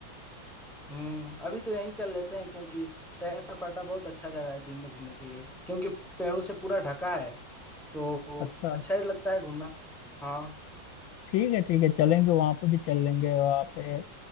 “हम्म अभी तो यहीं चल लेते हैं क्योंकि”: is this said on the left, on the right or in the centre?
Centre